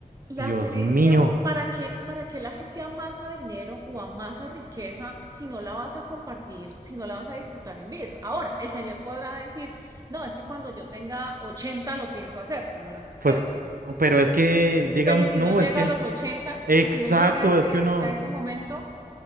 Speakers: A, on the right; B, on the right.
A: las
B: Dios
A: herencias,
B: mío,
A: ¿para qué, para qué la gente amasa dinero o amasa riqueza si no la vas a compartir, si no la vas a disfrutar en vida? Ahora, el señor podrá decir, no, es que cuando yo tenga 80 lo pienso hacer, como la canción.
B: pues, pero es que llega,
A: Pero
B: un-
A: ¿y si
B: no,
A: no llega
B: es que,
A: a los ochenta
B: exacto,
A: ¿Y si no llega a ese,
B: es que uno...
A: a ese momento?